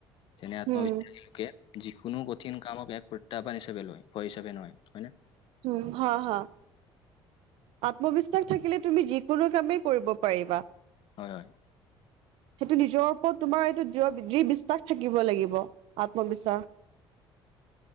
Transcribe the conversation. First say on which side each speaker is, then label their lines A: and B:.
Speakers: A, on the left (about 60°); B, on the right (about 75°).
A: যেনে আত্মবিশ্বাস
B: হম
A: লোকে। কোনো কঠিন কামক এক প্ৰত্যাহ্বান হিচাপে লয় ভয় হচাপে নহয় হয় ন।
B: উম হা হ আত্মবিশ্বাস থাকিলে তুমি যিকোনো কামেই কৰিব পাৰিবা।
A: হয় হয়।
B: সেইটো নিজৰ ওপৰত তোমাৰ এইটো দৃ়বি্বাস থাকিব লাগিব আত্মবিশ্বাস।